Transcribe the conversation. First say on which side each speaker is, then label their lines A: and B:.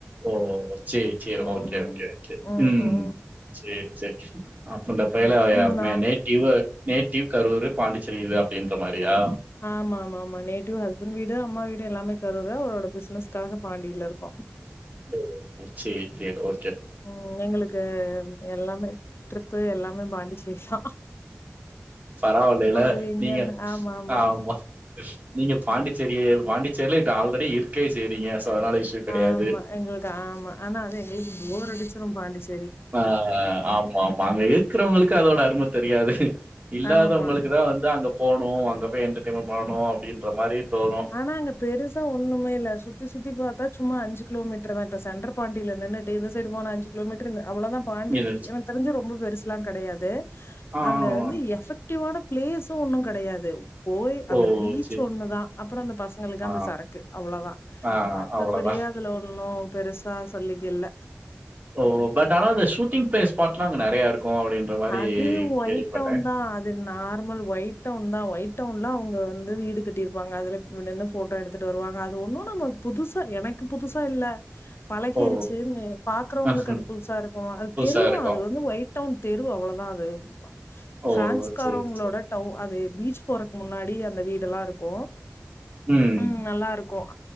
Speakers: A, on the right; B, on the left.
A: ஓஹ் சேரி சேரி
B: ம்
A: ஓகே ஓகே
B: ம்
A: ம்ம்
B: ம்
A: சேரி சேப்ஸ் ஆம் கொண்டா பயல
B: ம் நாள்
A: மேன் நைட்டி யுவர் நேட்டிவ் கரூர் பாண்டிச்சேரி இது அப்டின்ற மாரியா
B: ஆமா ஆமா ஆமா நேட்டிவ் ஹஸ்பண்ட் வீடு அம்மா வீடு எல்லாமே கருர் அவரோட பிசினஸ்க்காக பாண்டியில இருக்கோம்
A: ஓ சேரி சேரி ஓ
B: ம் எங்களுக்கு எல்லாமே ட்ரிப்பு எல்லாமே பாண்டிச் இ ஷ்ஷா
A: பரவில்லல
B: வருவீங்கன்னு
A: நீங்க
B: ஆமா ஆமா
A: ஆஹமா நீங்க பாண்டிச்சேரிய பாண்டி செர்லிட் ஆல்ரெடி இருக்கவே செய்றீங்க சோ அதனால இஷ்யூ கெடையாது
B: ஆமா எங்களுக்கு ஆமா ஆனா அது எங்களுக்கு போர் அடிச்சு ரொம்ப அடிச்சு
A: ஆஹ் ஆமா ஆமா அங்க இரு ருக்கிறவங்களுக்கு அதனோட அருமை தெரியாது இல்லாதவங்களுக்கு
B: ஆமா.
A: தான் வந்து அந்த போனும் அங்க போய் என்டர்டெயன்மெண்ட் பண்ணும் அப்டின்ற மாரி தோணு
B: ஆனா அங்க பெருசா ஒண்ணுமே இல்ல சுத்தி சுத்தி பாத்தா சும்மா அஞ்சு கிலோ மீட்டர் தான் இப்ப சென்ரு பாண்டில நின்னுட்டு இந்த சைடு போன அன்சு கிலோமீட்டரு இந்த அவ்ளோதான் பாண்டி
A: இது
B: எனக்கு தெரிஞ்சு ரொம்ப பெருசு எல்லாம் கிடையாது
A: ஆ
B: அங்க
A: ஆ ஆ.
B: வந்து எபக் குட்டிவோட பிளேஸ்சும் ஒன்னும் கிடையாது போய்
A: ஓ
B: அந்த பீச்
A: சேரி
B: ஒண்ணு தான் அப்றோ அந்த பசங்களுக்கு
A: ஆ
B: அந்த சரக்கு அவ்வளவுதான்
A: ஆ
B: மத்தபடியே
A: அவ்ளோதா
B: அதுல ஒண்ணு ஓ பெருசா சொல்லிக் இல்ல
A: ஓ பட் ஆனா அந்த ஷூட்டிங் ஸ்பாட்லாம் அங்க நெறைய இருக்கு அப்டின்ற மாரி
B: அது ஒயிட்
A: கேள்விப்பட்டே
B: டவுன் தான் அது நார்மல் ஒயிட் ஒயிட் டவுன் தான் ஒயிட் டவுன்ல அவங்க வந்து வீடு கட்டியிருப்பாங்க அது நின்னு போட்டோ எடுத்துட்டு வருவாங்க அது ஒன்னும் நம்ம புதுசா எனக்கு புதுசா இல்ல பழகிருச்சுனு
A: ஓ
B: பாக்குறவுங்களுக்கு
A: சேரி
B: அது புதுசா இருக்கும் அது
A: புதுசா
B: தெருதான்
A: இருக்கும்.
B: அது வந்து ஒய்ட் அவுன் தெரு அவ்வளவுதான் அது
A: ஓ!
B: பிரான்ஸ்காரவுங்களோட
A: சரி, சரி.
B: டவுன் அது பீச் போற முன்னாடி அந்த வீடுல்லாம் இருக்கும்
A: ம்.
B: உம் நல்லா இருக் கோம்